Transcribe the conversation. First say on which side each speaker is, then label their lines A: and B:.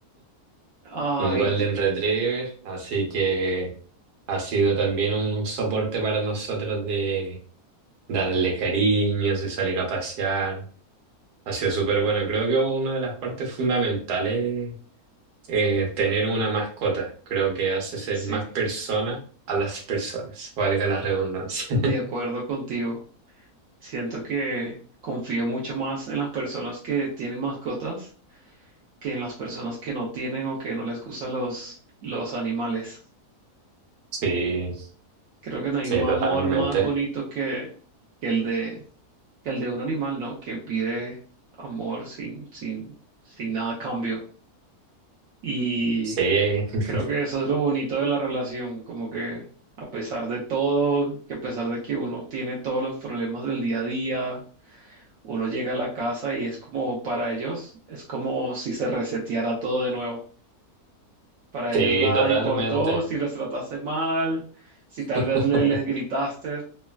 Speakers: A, on the right; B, on the right.
A: Ay,
B: un golden retriever, así que ha sido también un soporte para nosotros de darle cariños y salir a pasear. Ha sido súper bueno. Creo que una de las partes fundamentales Eh, tener una mascota creo que hace ser
A: sí,
B: más persona a las personas, valga la redundancia. <laughs>
A: de acuerdo contigo. Siento que confío mucho más en las personas que tienen mascotas que en las personas que no tienen o que no les gustan los, los animales.
B: Sí,
A: Creo que no hay
B: sí,
A: amor
B: totalmente.
A: más bonito que, que el de que el de un animal, ¿no? Que pide amor sin, sin, sin nada a cambio. Y
B: Sí, <laughs>
A: creo que eso es lo bonito de la relación, como que a pesar de todo, que a pesar de que uno tiene todos los problemas del día a día, uno llega a la casa y es como para ellos, es como si se reseteara todo de nuevo. Para
B: sí,
A: ellos nada
B: totalmente.
A: importó, si los trataste mal, si tal
B: <laughs>
A: vez le- les gritaste,